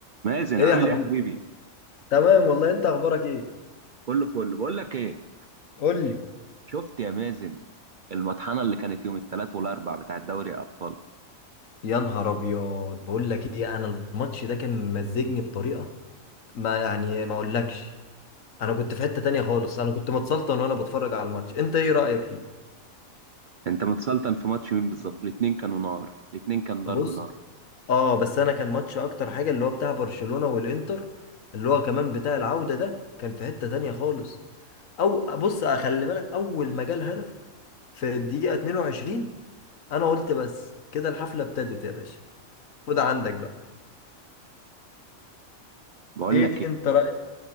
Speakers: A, on the right (about 60°); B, on the left (about 70°).
A: مازن
B: ايه
A: عامل
B: يا حبيبي
A: ايه يا حبيبي
B: تمام والله انت اخبارك ايه
A: كله فل بقول لك ايه
B: قول لي
A: شفت يا مازن المطحنه اللي كانت يوم الثلاث والاربع بتاع دوري الابطال
B: يا نهار ابيض بقول لك ايه انا الماتش ده كان ممزجني بطريقه ما يعني ما اقولكش انا كنت في حته تانية خالص انا كنت متسلطن وانا بتفرج على الماتش انت ايه رايك فيه
A: انت متسلطن في ماتش مين بالظبط الاتنين كانوا نار الاتنين كان ضرب
B: بص
A: نار
B: اه بس انا كان ماتش اكتر حاجه اللي هو بتاع برشلونه والانتر اللي هو كمان بتاع العوده ده كان في حته تانية خالص او بص خلي بالك اول ما جال هدف في الدقيقه 22 انا قلت بس كده الحفله ابتدت يا باشا خد عندك بقى
A: بقول
B: ايه
A: لك ايه
B: انت رايك